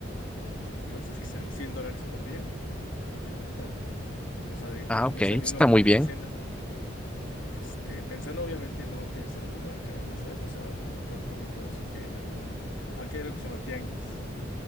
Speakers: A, on the left; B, in the centre.
A: Entonces, que sean 100 dólares por día en total. O sea, de co-
B: Ah,
A: desayuno,
B: ok, está
A: comida
B: muy bien.
A: y cena. Este, pensando obviamente no que sea un lugar caro, ¿no sabes? O sea, a lo mejor comiendo así que en algún, aquí hay algo que se llama tianguis,